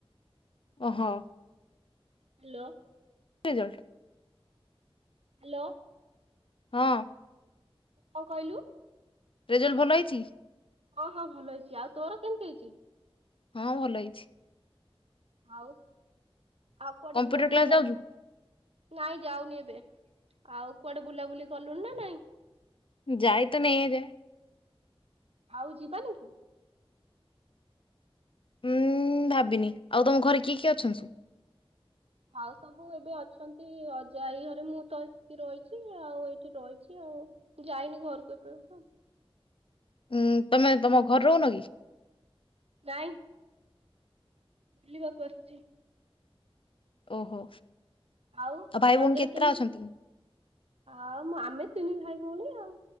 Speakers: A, on the left; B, on the right.
A: ଓହୋ।
B: ହାଲୋ।
A: କି ରେଜଲଟ୍?
B: ହାଲୋ।
A: ହଁ।
B: କଣ କହିଲୁ?
A: ରେଜଲ୍ଟ୍ ଭଲ ହେଇଛି।
B: ହଁ ହଁ ଭଲ ହେଇଛି ଆଉ ତୋର କେମିତି ହେଇଛି?
A: ହଁ ଭଲ ହେଇଛି।
B: ଆଉ ଆଉ କୁଆଡେ
A: କମ୍ପ୍ୟୁଟର
B: ବୁଲାବୁଲି
A: କ୍ଲାସ
B: ଯାଇ
A: ଯାଉଛୁ
B: ନାଇଁ ଯାଉନି ଏବେ ଆଉ କୁଆଡେ ବୁଲାବୁଲି କଲୁଣି ନା ନାଇଁ।
A: ଯାଇ ତ ନେଇ ଯାଏ
B: ଆଉ ଯିବାନି?
A: ଉୁଁ ଭାବିନି ଆଉ ତମ ଘରେ କିଏ କିଏ ଅଛନ୍ତି ସବୁ?
B: ଆଉ ସବୁ ଏବେ ଅଛନ୍ତି ଅଜା ଆଇ ଘରେ ମୁଁ ତ ଆସିକି ରହିଛି ଆଉ ଏଇଠି ରହିଛି ଆଉ ଯାଇନି ଘରକୁ ଏପର୍ଯ୍ୟନ୍ତ ଆଉ।
A: ଉଁ ତମେ ତମ ଘରେ ରହୁନ କି?
B: ନାଇଁ। ବୁଲିବାକୁ ଆସିଛି।
A: ଓହୋ।
B: ଆଉ
A: ଭାଇ
B: ରଜରେ
A: ଭଉଣୀ କେତେଟା
B: କେମିତି
A: ଅଛନ୍ତି?
B: ଆଉ ମୁଁ ଆମେ ତିନି ଭାଇ। ଭଉଣି ଆଉ